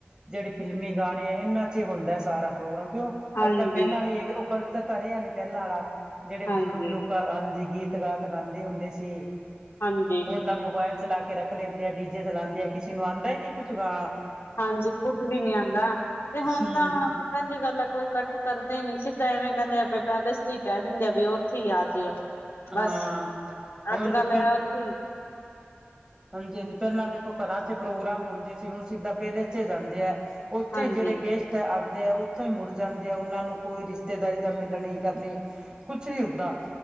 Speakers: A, on the right (about 20°); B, on the left (about 75°).
A: ਜਿਹੜੇ ਫਿਲਮੀ ਗਾਣੇ ਆ ਇਹਨਾ ਚ ਹੁੰਦਾ ਸਾਰਾ ਪ੍ਰੋਗਰਾਮ ਕਿਉ।
B: ਹਾਂਜੀ
A: ਅੱਜ ਕੱਲ ਪਹਿਲਾਂ ਆਲਾ ਹੀ ਹੈਗੇ ਉਹ ਕਲਚਰ ਤਾਂ ਰਿਹਾ ਨੀ ਪਹਿਲਾ ਆਲਾ ਜਿਹੜੇ ਬਜ਼ੁਰਗ
B: ਹਾਂਜੀ
A: ਲੋਕਾਂ ਹਾਂਜੀ ਗੀਤ ਗਾਤ ਗਾਉਂਦੇ ਹੁੰਦੇ ਸੀ
B: ਹਾਂਜੀ
A: ਹੁਣ ਤਾ ਮੋਬਾਇਲ ਚਲਾ ਕੇ ਰੱਖ ਲੈਂਦੇ ਆ ਡੀਜੇ ਚਲਾਉਦੇ ਆ ਕਿਸੇ ਨੂੰ ਆਂਦਾ ਹੀ ਨੀ ਕੁਛ ਗਾ
B: ਹਾਂਜੀ ਕੁੱਝ ਵੀ ਨੀ ਆਂਦਾ ਤੇ ਹੁਣ
A: ਹਮ
B: ਤਾਂ ਪਹਿਲੀ ਗੱਲ ਕੋਈ ਕੱਠ ਕਰਦੇ ਹੀ ਨੀ ਸਿੱਧਾ ਇਵੇਂ ਕਹਿੰਦੇ ਆ ਬ ਪੈਲੇਿਸ ਹੀ ਕਹਿ ਦਿੰਦੇ ਆ ਵੀ ਉੱਥੇ ਹੀ ਆ ਜੇਓ।
A: ਹਾਂ
B: ਬਸ
A: ਹੁਣ
B: ਅੱਜ
A: ਤਾਂ
B: ਕੱਲ ਆ ਉੱਥੇ ਹੀ
A: ਹਾਂਜੀ-ਹਾਂਜੀ ਪਹਿਲਾਂ ਦੇਖੋ ਘਰਾਂ ਚ ਪ੍ਰੋਗਰਾਮ ਹੁੰਦੇ ਸੀ ਹੁਣ ਸਿੱਧਾ ਪੈਲਸ ਚ ਜਾਂਦੇ ਆ। ਉੱਥੇ
B: ਹਾਂਜੀ
A: ਜਿਹੜੇ ਗੈਸਟ ਆਂਦੇ ਆ ਉਥੋਂ ਹੀ ਮੁੜ ਜਾਂਦੇ ਆ ਉਹਨਾਂ ਨੂੰ ਕੋਈ ਰਿਸ਼ਤੇਦਾਰੀ ਦਾ ਮਿਲਣੀ ਕਰਨੀ ਕੁਛ ਨੀ ਹੁੰਦਾ।